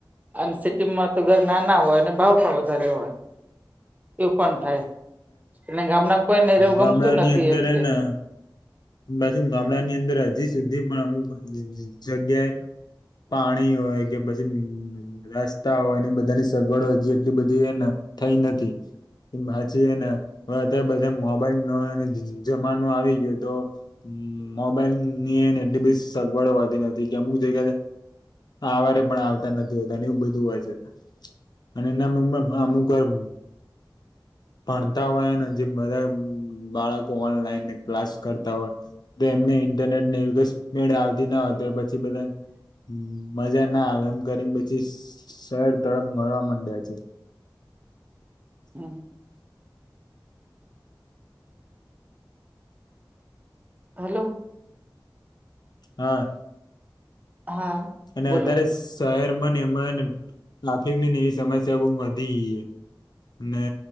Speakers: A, on the right (about 20°); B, on the left (about 60°).
A: અને સી ટી માં તો ઘર નાના હોય ભાવ પણ વધારે હોય. એવું પણ થાય અને ગામડામાં કોયને રહેવું
B: ગામડાની
A: ગમતું નથી
B: અંદર
A: એમ કે
B: ને પાછુ ગામડા ની અંદર હજી સુધી પણ અમુક જ જગ્યાએ પાણી હોય કે પછી રસ્તા હોય એની બધાની સગવડો હજી એટલી બધી એ થઈ નથી. એ બાછી ને હવે અત્યારે બધા મોબાઈલ ન જમાનો આવી ગયો તો હ મોબાઈલ ની એને એટલી બ સગવડ હોતી નથી કે અમુક જગ્યા ટાવરે પણ આવતા નથી હોતા એવું બધું હોય છે અને એના મમ્મ હા અમુક આમ ભણતા હોય ને જે બધા બાળકો ઓનલાઈન ક્લાસ કર હોય તો એમને ઇન્ટરનેટ ને એવી સ્પીડ આવતી ના હોય તો પછી બધા હમ મજા ના આવે એમ કરીને પછી શહેર તરફ મળવા માંડ્યા છે.
A: હમ હાલો
B: હા.
A: હા.
B: અને
A: બોલો
B: અત્યારે શહેરમાં ને એમાંયન ટ્રાફિકની એવી સમસ્યા બઉ વધી ગઈય ને